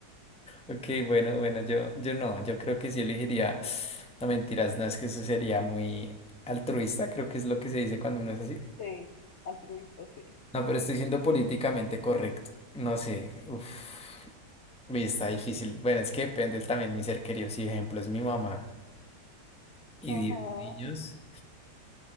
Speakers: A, in the centre; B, on the left.
A: Ok, bueno, bueno, yo, yo no, yo creo que sí elegiría, no mentiras, no es que eso sería muy altruista, creo que es lo que se dice cuando uno es así.
B: Sí, altruista, sí.
A: No, pero estoy siendo políticamente correcto, no sé, uff, y está difícil. Bueno, es que depende también mi ser querido, si ejemplo es mi mamá y
B: Ajá.
A: 10 niños.